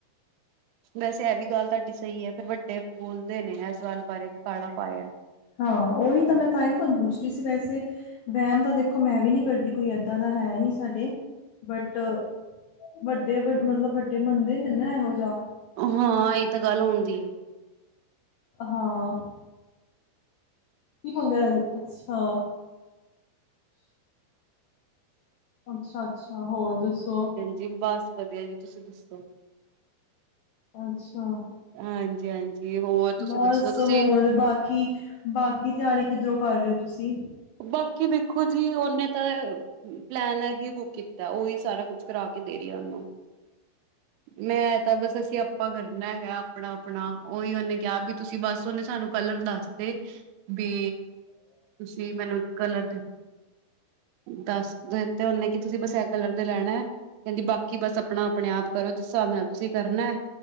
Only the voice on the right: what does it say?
ਵੈਸੇ ਐ ਵੀ ਗੱਲ ਤਾਡੀ ਸਈ ਐ ਫਿਰ ਵੱਡੇ ਬੋਲਦੇ ਨੇ ਏਸ ਗੱਲ ਬਾਰੇ ਕਿ ਕਾਲਾ ਪਾਏਆ।
ਹਾਂ ਏ ਤਾਂ ਗੱਲ ਹੋਂਦੀ ਏ।
ਜੀ ਬਸ ਵਦੀਆ ਜੀ ਤੁਸੀਂ ਦੱਸੋ?
ਹਾਂਜੀ-ਹਾਂਜੀ ਹੋਰ ਤੁਸੀਂ
ਦੱਸੋ ਤੁਸੀਂ
ਬਾਕੀ ਵੇਖੋ ਜੀ ਓਨੇ ਤਾਂ ਪਲੈਨਰ ਕੀ ਬੁੱਕ ਕੀਤਾ ਓਈ ਸਾਰਾ ਕੁਛ ਕਰਾ ਕੇ ਦੇ ਰੀ ਐ ਉਨੂੰ। ਮੈਂ ਤਾਂ ਬਸ ਅਸੀਂ ਆਪਾਂ ਕਰਨਾ ਵਆ ਅਪਨਾ-ਅਪਨਾ ਉਹੀ ਉਹਨੇ ਕਿਹਾ ਵੀ ਤੁਸੀਂ ਬਸ ਉਹਨੇ ਸਾਨੂੰ ਕਲਰ ਦਾੱਸਦੇ ਬੀ ਬੀ ਮੈਨੂੰ ਕਲਰ ਦਾੱਸ ਦਿੱਤੇ ਹੁੰਨੇ ਕਿ ਤੁਸੀਂ ੲਹ ਬਸ ਕਲਰ ਦੇ ਲੈਨਾ ਕਹਿੰਦੀ ਬਾਕੀ ਬਸ ਆਪਨਾ ਅਪਨੇ ਆਪ ਕਰੋ ਜਿਸ ਹਿਸਾਬ ਨਾਲ ਤੁਸੀਂ ਕਰਨਾ,